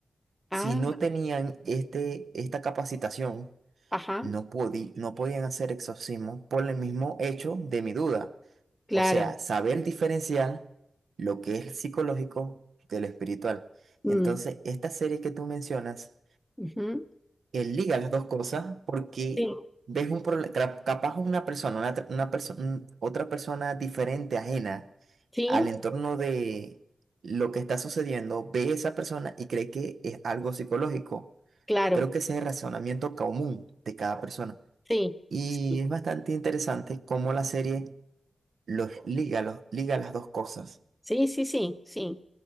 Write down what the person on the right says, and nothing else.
Si
no tenían este, esta capacitación,
no podí- no podían hacer exorcismo por el mismo hecho de mi duda.
O sea, saber diferenciar lo que es psicológico de lo espiritual.
Entonces, esta serie que tú mencionas
que liga las dos cosas porque
ves un proble- capaz una persona, una, tr- una perso- un- otra persona diferente, ajena
al entorno de lo que está sucediendo, ve esa persona y cree que es algo psicológico.
Creo que ese es el razonamiento común de cada persona.
Y
es bastante interesante cómo la serie los liga, los liga las dos cosas.